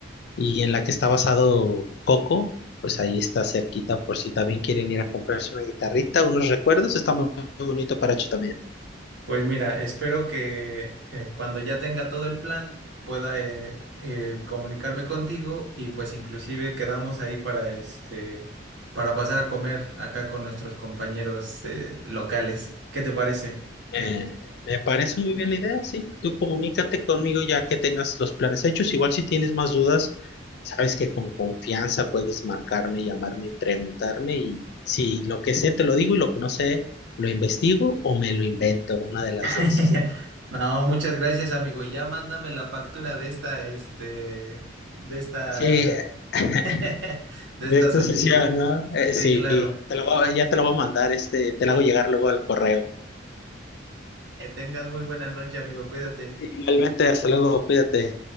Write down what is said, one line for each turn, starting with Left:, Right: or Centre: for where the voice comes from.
Left: y en la que está basado Coco, pues ahí está cerquita por si también quieren ir a comprarse una guitarrita, unos recuerdos, está muy bonito Paracho también.
Right: Pues mira, espero que eh, cuando ya tenga todo el plan pueda eh, eh, comunicarme contigo y pues inclusive quedamos ahí para este para pasar a comer acá con nuestros compañeros eh, locales. ¿Qué te parece?
Left: Eh, me parece muy bien la idea, sí. Tú comunícate conmigo ya que tengas los planes hechos. Igual si tienes más dudas, sabes que con confianza puedes marcarme, llamarme, y preguntarme y si lo que sé te lo digo y lo que no sé lo investigo o me lo invento, una de las
Right: <laughs>
Left: dos.
Right: No, muchas gracias, amigo. Y ya mándame la factura de esta este de esta
Left: Sí, <laughs>
Right: <laughs> de
Left: de
Right: esta
Left: esta
Right: solicitud.
Left: sesión, ¿no? Eh, sí,
Right: Sí, claro.
Left: te lo voy a- ya te lo voy a mandar, este, te lo hago llegar luego al correo.
Right: Que tengas muy buena noche, amigo. Cuídate.
Left: Igualmente, hasta luego, cuídate.